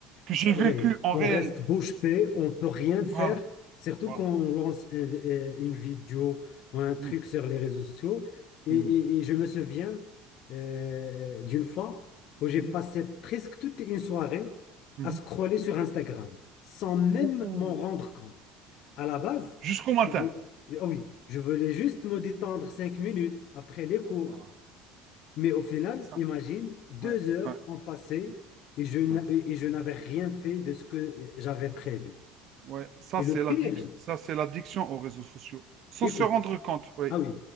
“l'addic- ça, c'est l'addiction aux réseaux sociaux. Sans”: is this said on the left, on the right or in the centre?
Right